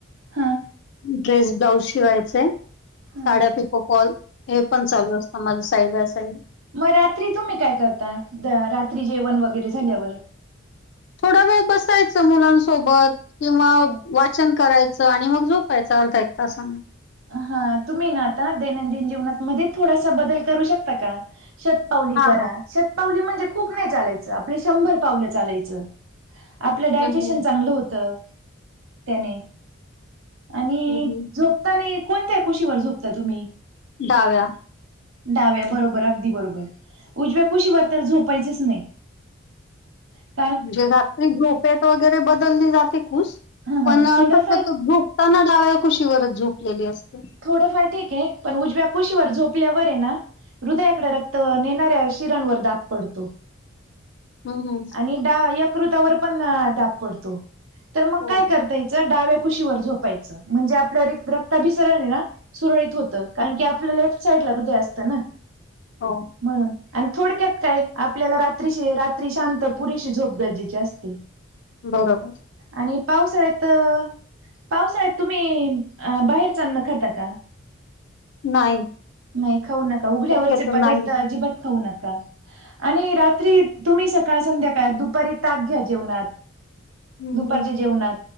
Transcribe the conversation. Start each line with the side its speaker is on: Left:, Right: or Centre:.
Right: हा
Left: ड्रेस ब्लाउज शिवायचेय
Right: हा
Left: साड्या पिको फॉल हे पण चालू असतं माझं साईड बा सईड
Right: मग रात्री तुम्ही काय करता रात्री जेवण वगैरे झाल्यावर
Left: थोडा वेळ बसायचं मुलांसोबत किंवा
Right: हो
Left: वाचन करायचं आणि मग झोपायचं अर्धा एक तासाने
Right: हा तुम्ही ना आता दैनंदिन जीवनातमध्येध्ये थोडासा बदल करू शकता का पावली
Left: हा
Right: करा
Left: हा.
Right: शतपावली म्हणजे खूप नाही चालायचं आपले शंभर पावलं चालायचं आपलं डायजेशन
Left: हं हं.
Right: चांगलं होतं त्याने आणि
Left: हं हं.
Right: झोपता आणि कोणत्या कुशीवर झोपता तुम्ही
Left: डाव्या
Right: डाव्या बरोबर अगदी बरोबर उजव्या कुशीवरर तर झोपायचच नाही ह
Left: म्हणजे रात्री ग्रुपेत वगैरे बदलली जाते खुस
Right: हां
Left: पण
Right: हां थोडंफार
Left: अस तो ग्रुप त्यांना डाव्या कुशीवरच झोपलेली असते
Right: थोडंफार ठीक आहे पण उजव्या कुशीवर झोपल्यावर आहे ना हृदयाकडे रक्त नेणाऱ्या शिरांवर दाब पडतो
Left: हो होम
Right: आणि यकृतावर पण दाब पडतो तर मग
Left: हो
Right: काय
Left: हो.
Right: करता य डाव्या कुशीवर झोपायचं म्हणजे आपल्या रत रक्ता भिसरण आहे ना सुरळीत होत कारण
Left: हम्म.
Right: की आपलं लेफ्ट साईड ला हृदय असत ना
Left: हो
Right: म्हणून आणि थोडक्यात काय आपल्याला रात्रीशी रात्री शांत पुरेशी झोप गरजेची असते <unintelligible> <inaudible>
Left: बरोबर
Right: आणि पावसाळ्यात पावसाळ्यात तुम्ही बाहेर जा आण न खाता का
Left: नाही
Right: नाही खाऊ नका उघड्यावरचे
Left: शक्यतो
Right: पदार्थ
Left: नाही.
Right: अजिबात खाऊ नका आणि रात्री तुम्ही सकाळ संध्याकाळ दुपारी ताक घ्या जेवणात
Left: हम्म
Right: दुपारच्या
Left: हम्म.
Right: जेवणात